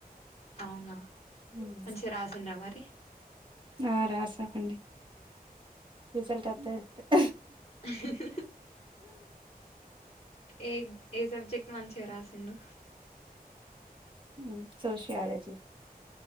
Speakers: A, on the left; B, on the right.
A: అవునా
B: ఉమ్,
A: మంచిగా రాసిన్రా మరి
B: ఆ రాసాం అండి రిజల్ట్ అత్తే తెలుత్తది
A: ఆ హా హా ఏ ఏ సబ్జెక్ట్ మంచిగా రాసిండు
B: ఉ సోషియాలజీ